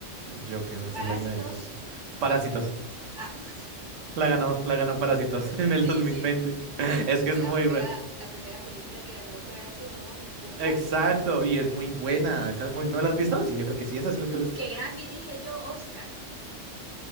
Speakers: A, on the right; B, on the left.
A: Joker, es
B: Parásitos.
A: el año del Joker. Parásitos.
B: Ah, <laughs>
A: La ganó, la ganó Parásitos <laughs>
B: sí,
A: en el dos mil
B: sí.
A: veinte
B: Sí,
A: <laughs>
B: porque
A: Es que
B: fue
A: es
B: la
A: muy
B: primera,
A: buena.
B: la primera película que ganó Corea del Sur, ¿no? Con un Grammy.
A: Exacto, y es muy buena. Esa es muy... ¿No la has visto? Sí, yo creo que sí, esa sí la tienes.
B: que Grammy, dije yo, Oscar.